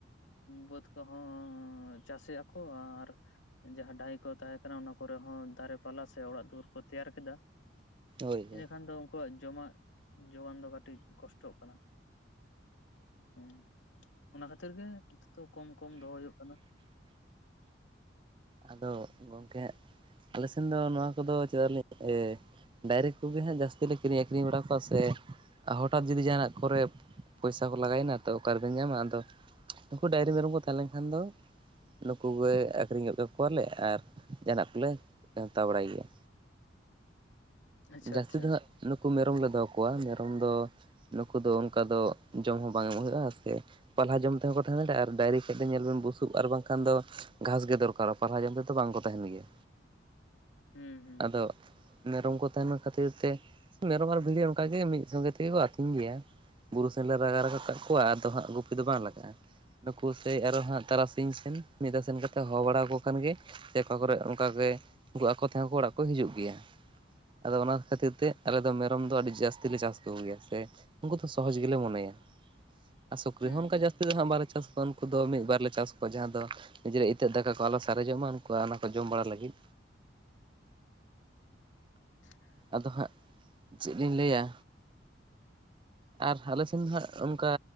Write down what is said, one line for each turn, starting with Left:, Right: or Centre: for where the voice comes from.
Left: ᱵᱟᱹᱫᱽ ᱠᱚᱦᱚᱸ ᱪᱟᱥᱮᱜ ᱟᱠᱚ ᱟᱨ ᱡᱟᱦᱟᱸ ᱰᱟᱦᱤ ᱠᱚ ᱛᱟᱦᱮᱸ ᱠᱟᱱᱟ ᱚᱱᱟ ᱠᱚᱨᱮ ᱦᱚ ᱫᱟᱨᱮ ᱯᱟᱞᱟ ᱥᱮ ᱚᱲᱟᱜ ᱫᱩᱣᱟᱹᱨ ᱠᱚ ᱛᱮᱭᱟᱨ ᱠᱮᱫᱟ
Right: ᱦᱳᱭ ᱦᱳᱭ
Left: ᱤᱱᱟᱹᱠᱷᱟᱱ ᱫᱚ ᱩᱱᱠᱩᱣᱟᱜ ᱡᱚᱢᱟᱜ ᱡᱩᱶᱟᱱ ᱫᱚ ᱠᱟᱹᱴᱤᱡ ᱠᱚᱥᱴᱚᱜ ᱠᱟᱱᱟ ᱦᱩᱸ ᱚᱱᱟ ᱠᱷᱟᱛᱤᱨ ᱜᱮ ᱠᱚᱢ ᱠᱚᱢ ᱫᱚᱦᱚ ᱦᱩᱭᱩᱜ ᱠᱟᱱᱟ
Right: ᱟᱫᱚ ᱜᱚᱝᱠᱮ ᱟᱞᱮ ᱥᱮᱱ ᱫᱚ ᱱᱚᱣᱟ ᱠᱚᱫᱚ ᱪᱮᱫᱟᱜ ᱞᱤᱧ ᱰᱟᱭᱨᱤ ᱠᱚᱜᱮ ᱦᱟᱸᱜ ᱡᱟᱥᱛᱤ ᱞᱮ ᱠᱤᱨᱤᱧ ᱟᱠᱷᱨᱤᱧ ᱵᱟᱲᱟ ᱠᱚᱣᱟ ᱥᱮ ᱦᱚᱴᱟᱛ ᱡᱩᱫᱤ ᱡᱟᱦᱟ ᱱᱟᱜ ᱠᱚ ᱨᱮ ᱯᱚᱭᱥᱟ ᱠᱚ ᱞᱟᱜᱟ ᱭᱮᱱᱟ ᱛᱚ ᱚᱠᱟ ᱨᱵᱮᱱ ᱧᱟᱢᱟ ᱟᱫᱚ ᱩᱱᱠᱩ ᱰᱟᱭᱨᱤ ᱢᱮᱨᱚᱢ ᱠᱚ ᱛᱟᱦᱮᱸ ᱞᱮᱱ ᱠᱷᱟᱱ ᱫᱚ ᱱᱩᱠᱩ ᱜᱮ ᱟᱠᱷᱨᱤᱧ ᱜᱚᱜ ᱠᱟᱠᱚ ᱣᱟᱞᱮ ᱟᱨ ᱡᱟᱦᱟ ᱱᱟᱜ ᱠᱚᱞᱮ ᱦᱟᱛᱟᱣ ᱵᱟᱲᱟᱭ ᱜᱮᱭᱟ
Left: ᱟᱪᱪᱷᱟ
Right: ᱡᱟᱥᱛᱤ
Left: ᱟᱪᱪᱷᱟ
Right: ᱫᱚ ᱦᱟᱸᱜ ᱱᱩᱠᱩ ᱢᱮᱨᱚᱢ ᱞᱮ ᱫᱚᱦᱚ ᱠᱚᱣᱟ ᱢᱮᱨᱚᱢ ᱫᱚ ᱱᱩᱠᱩ ᱫᱚ ᱚᱱᱠᱟ ᱫᱚ ᱡᱚᱢ ᱦᱚᱸ ᱵᱟᱝ ᱮᱢᱚᱜ ᱦᱩᱭᱩᱜᱼᱟ ᱥᱮ ᱯᱟᱞᱦᱟ ᱡᱚᱢ ᱛᱮᱦᱚᱸ ᱠᱚ ᱛᱟᱦᱮᱸ ᱫᱟᱲᱮᱭᱟᱜᱼᱟ ᱟᱨ ᱰᱟᱝᱨᱤ ᱠᱷᱟᱱ ᱫᱚ ᱧᱮᱞ ᱵᱮᱱ ᱵᱩᱥᱩᱵ ᱟᱨ ᱵᱟᱝᱠᱷᱟᱱ ᱫᱚ ᱜᱷᱟᱥ ᱜᱮ ᱫᱚᱨᱠᱟᱨᱚᱜ <inaudible> ᱛᱮᱫᱚ ᱵᱟᱝᱠᱚ ᱛᱟᱦᱮᱱ ᱜᱮᱭᱟ
Left: ᱦᱩᱸ ᱦᱩᱸ
Right: ᱟᱫᱚ ᱢᱮᱨᱚᱢ ᱠᱚ <inaudible> ᱠᱷᱟᱹᱛᱤᱨ ᱛᱮ ᱢᱮᱨᱚᱢ ᱟᱨ ᱵᱷᱤᱲᱤ ᱚᱱᱠᱟ ᱜᱮ ᱢᱤᱫ ᱥᱚᱸᱜᱮ ᱛᱮᱜᱮ ᱠᱚ ᱟᱹᱛᱤᱧ ᱜᱮᱭᱟ᱾ ᱵᱩᱨᱩ ᱥᱮᱫ ᱞᱮ ᱞᱟᱜᱟ ᱨᱟᱠᱟᱵ ᱠᱟᱫ ᱠᱚᱣᱟ ᱟᱫᱚ ᱦᱟᱸᱜ ᱜᱩᱯᱤ ᱫᱚ ᱵᱟᱝ ᱞᱟᱜᱟᱜᱼᱟ᱾ ᱱᱩᱠᱩ ᱥᱮᱡ ᱟᱨᱚ ᱦᱟᱸᱜ ᱛᱟᱨᱟᱥᱤᱧ ᱥᱮᱱ ᱢᱤᱫ ᱫᱷᱟᱣ ᱥᱮᱱ ᱠᱟᱛᱮᱮᱫ ᱦᱚᱦᱚᱸ ᱵᱟᱲᱟᱠᱚ ᱠᱟᱱ ᱜᱮ ᱥᱮ ᱚᱠᱟ ᱠᱚᱨᱮ ᱚᱱᱠᱟᱜ ᱜᱮ ᱩᱱᱠᱩ ᱟᱠᱚ ᱛᱮᱦᱚᱸ ᱠᱚ ᱚᱲᱟᱜ ᱠᱚ ᱦᱤᱡᱩᱜ ᱜᱮᱭᱟ᱾ ᱟᱫᱚ ᱚᱱᱟ ᱠᱷᱟᱹᱛᱤᱨ ᱛᱮ ᱟᱞᱮ ᱫᱚ ᱢᱮᱨᱚᱢ ᱫᱚ ᱟᱹᱰᱤ ᱡᱟᱹᱥᱛᱤ ᱞᱮ ᱪᱟᱥ ᱠᱚ ᱜᱮᱭᱟ ᱥᱮ᱾ ᱩᱱᱠᱩ ᱫᱚ ᱥᱚᱦᱚᱡ ᱜᱮᱞᱮ ᱢᱚᱱᱮᱭᱟ ᱾
Left: <unintelligible>
Right: ᱟᱨ ᱥᱩᱠᱨᱤ ᱦᱚᱸ ᱚᱱᱠᱟ
Left: ᱦᱩᱸ
Right: ᱡᱟᱹᱥᱛᱤ ᱫᱚ ᱵᱟᱞᱮ ᱪᱟᱥ ᱠᱚᱣᱟ ᱩᱱᱠᱩ ᱫᱚ ᱢᱤᱫ ᱵᱟᱨ ᱞᱮ ᱪᱟᱥ ᱠᱚᱣᱟ ᱡᱟᱦᱟᱸ ᱫᱚ ᱱᱤᱡᱮᱨᱟ ᱤᱛᱟᱹᱜ ᱫᱟᱠᱟ ᱠᱚ ᱟᱞᱚ ᱥᱟᱨᱮᱡᱚᱜ ᱢᱟ ᱩᱱᱠᱩᱣᱟᱜ ᱚᱱᱟ ᱠᱚ ᱡᱚᱢ ᱵᱟᱲᱟ ᱞᱟᱹᱜᱤᱫ᱾
Left: <unintelligible>
Right: ᱟᱫᱚ ᱦᱟᱸᱜ ᱪᱮᱫ ᱞᱤᱧ ᱞᱟᱹᱭᱟ,
Left: <unintelligible>
Right: ᱟᱨ ᱟᱞᱮ ᱥᱮᱱ ᱫᱚ ᱦᱟᱸᱜ ᱚᱱᱠᱟ